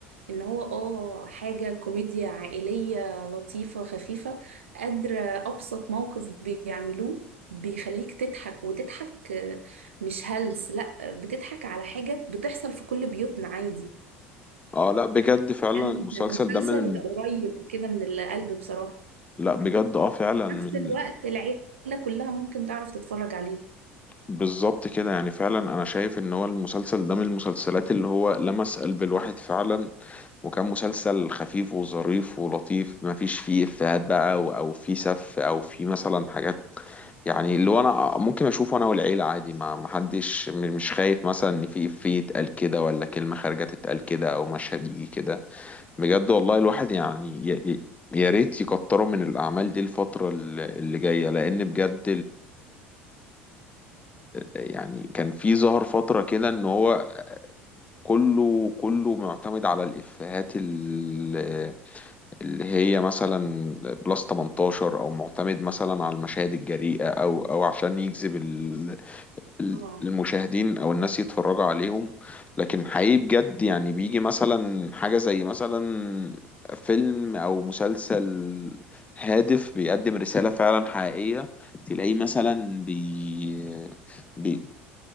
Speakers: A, on the right; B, on the left.
A: ان هو اه حاجة كوميديا عائلية لطيفة خفيفة قادرة ابسط موقف بيعملوه بيخليك تضحك وتضحك آه، مش هلس لا آه، بتضحك على حاجة بتحصل في كل بيوتنا عادي
B: اه لا بجد فعلا
A: كان
B: المسلسل
A: مسلسل
B: ده من
A: قريب كده من القلب بصراحة
B: لا بجد اه فعلا
A: في
B: من
A: نفس الوقت العيلة كلها ممكن تعرف تتفرج عليه
B: بالظبط كده يعني فعلا انا شايف ان هو المسلسل ده من المسلسلات اللي هو لمس قلب الواحد فعلا وكان مسلسل خفيف وظريف ولطيف ما فيش فيه افيهات بقى او أو فيه سف او فيه مثلا حاجات يعني اللي هو انا ممكن اشوفه انا والعيله عادي ما ما حدش م- مش خايف مثلا ان في افيه يتقال كده ولا كلمه خارجه تتقال كده او مشهد يجي كده بجد والله الواحد يعني ي- ي- يا ريت يكتروا من الأعمال دي الفترة اللي اللي جاية لأن بجد يعني كان في ظهر فترة كده ان هو كله كله معتمد على الإفيهات ال- اللي هي مثلا بلس 18 او معتمد مثلا على المشاهد الجريئة او او عشان يجذب ال-
A: اه
B: المشاهدين او الناس يتفرجوا عليهم لكن حقيقي بجد يعني بيجي مثلا حاجة زي مثلا فيلم او مسلسل هادف بيقدم رسالة فعلا حقيقية تلاقيه مثلا بي... بي...